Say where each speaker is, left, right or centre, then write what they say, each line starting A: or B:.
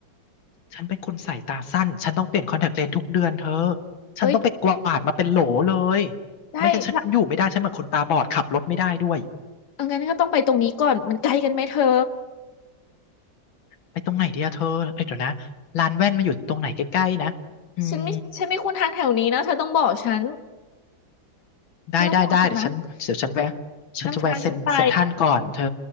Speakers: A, on the left; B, on the left.
A: ฉันเป็นคนสายตาสั้นฉันต้องเปลี่ยนคอนแทคเลนส์ทุกเดือนเธอ
B: เอ้ย
A: ฉันต้องไปกวาดมาเป็นโหลเลย
B: ได้ละ
A: ไม่งั้นฉันอยู่ไม่ได้ฉันเหมือนคนตาบอดขับรถไม่ได้ด้วย
B: เอางั้นก็ต้องไปตรงนี้ก่อนมันไกลกันไหมเธอ
A: ไปตรงไหนดีอะเธอเอ้ยเดี๋ยวนะร้านแว่นมาอยู่ตรงไหนใกล้ๆนะอืม
B: ฉันไม่ฉันไม่คุ้นทางแถวนี้นะเธอต้องบอกฉัน
A: ได้ได้ได้เดี๋ยวฉันเดี๋ยวฉันแวะ
B: เธอต้องบอกฉันนะ
A: ฉันจะแวะเซ็นเซ็นทรัลก่อนเธอ
B: นำทางฉันไป